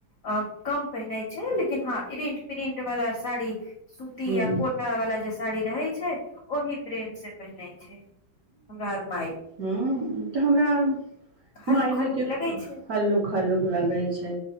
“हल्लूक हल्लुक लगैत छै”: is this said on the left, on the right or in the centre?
Right